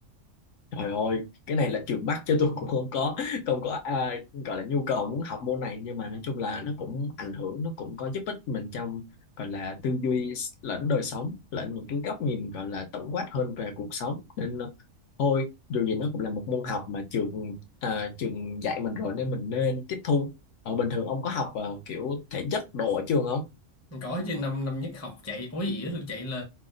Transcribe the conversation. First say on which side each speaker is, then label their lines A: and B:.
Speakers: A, on the left; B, on the left.
A: Trời ơi, cái này là trượt bắt chứ tôi cũng không có không có à, gọi là nhu cầu muốn học môn này nhưng mà nói chung là nó cũng ảnh hưởng nó cũng có giúp ích mình trong gọi là tư duy s- lẫn đời sống lẫn những cái góc nhìn gọi là tổng quát hơn về cuộc sống nên ờ, thôi dù gì nó cũng là một môn học mà trường à, trường dạy mình rồi nên mình nên tiếp thu. Ở bình thường ông có học ờ, kiểu thể chất đồ ở trường không?
B: vậy có chứ năm năm nhất học chạy ối ỉa luôn chạy là